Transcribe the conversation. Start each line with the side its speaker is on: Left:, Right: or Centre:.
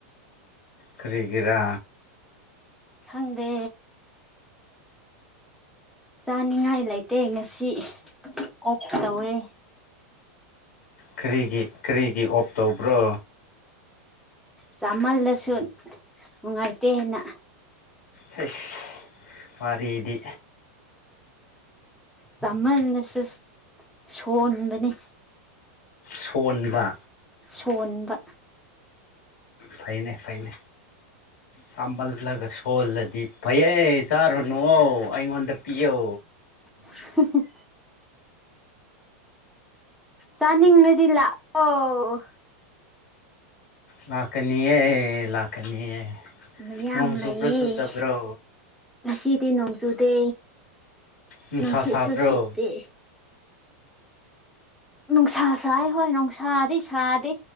Left: ꯀꯔꯤꯒꯔꯥ
Centre: ꯍꯪꯗꯦ ꯆꯥꯅꯤꯡꯉꯥꯏ ꯂꯩꯇꯦ ꯉꯁꯤ ꯑꯣꯐ ꯇꯧꯋꯦ
Left: ꯀꯔꯤꯒꯤ ꯀꯔꯤꯒꯤ ꯑꯣꯞ ꯇꯧꯕ꯭ꯔꯣ
Centre: ꯆꯃꯜꯗꯁꯨ ꯅꯨꯡꯉꯥꯏꯇꯦꯅ
Left: ꯍꯩꯁ ꯋꯥꯔꯤꯗꯤ
Centre: ꯆꯥꯃꯜꯂꯁꯨ ꯁꯣꯟꯕꯅꯤ
Left: ꯁꯣꯟꯕ
Centre: ꯁꯣꯟꯕ
Left: ꯐꯩꯅꯦ ꯐꯩꯅꯦ ꯁꯝꯕꯜꯒꯂꯒ ꯁꯣꯜꯗꯤ ꯐꯩꯌꯦ ꯆꯥ ꯔꯨꯅꯨ ꯑꯩꯉꯣꯟꯗ ꯄꯤꯌꯣ
Centre: ꯍꯝꯍꯝ ꯆꯥꯅꯤꯡꯂꯗꯤ ꯂꯥꯛꯑꯣ
Left: ꯂꯥꯛꯀꯅꯤꯌꯦ ꯂꯥꯛ ꯂꯥꯛꯀꯅꯤꯌꯦ
Centre: ꯃꯌꯥꯝ
Left: ꯅꯣꯡ ꯆꯨꯕ꯭ꯔꯣ
Centre: ꯂꯩꯌꯦ
Left: ꯆꯨꯗꯕ꯭ꯔꯣ
Centre: ꯉꯁꯤꯗꯤ ꯅꯣꯡꯆꯨꯗꯦ
Left: ꯅꯨꯡꯁꯥ
Centre: ꯅꯨꯡꯁꯤꯠꯁꯨ
Left: ꯁꯥꯕ꯭ꯔꯣ
Centre: ꯁꯤꯠꯇꯦ ꯅꯨꯡꯁꯥ ꯁꯥꯏ ꯍꯣꯏ ꯅꯨꯡꯁꯥꯗꯤ ꯁꯥꯗꯦ